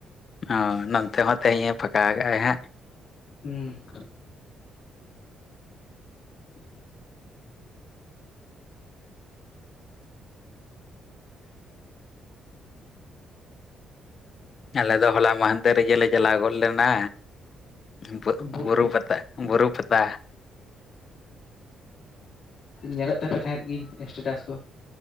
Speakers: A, on the left; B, on the left.
A: ᱚ ᱱᱚᱱᱛᱮ ᱦᱚᱸ ᱛᱮᱦᱤᱧ ᱮᱸ ᱯᱷᱟᱠᱟ ᱟᱠᱟᱜᱼᱟᱭ ᱦᱟᱸᱜ᱾
B: ᱦᱩᱸ <inaudible>
A: ᱟᱞᱮ ᱫᱚ ᱦᱚᱞᱟ ᱢᱟᱦᱟᱱᱫᱮᱨ ᱨᱮᱜᱮ ᱞᱮ ᱪᱟᱞᱟᱣ ᱜᱚᱫ ᱞᱮᱱᱟ ᱵᱩ
B: ᱵᱩᱨ
A: ᱵᱩᱨᱩ ᱯᱟᱛᱟ᱾ ᱵᱩᱨᱩ ᱯᱟᱛᱟ᱾
B: ᱚᱸ ᱧᱮᱞᱮᱫ ᱛᱟᱯᱮ ᱛᱟᱦᱮᱸᱫ ᱜᱤᱧ ᱥᱴᱮᱴᱟᱥ ᱠᱚ᱾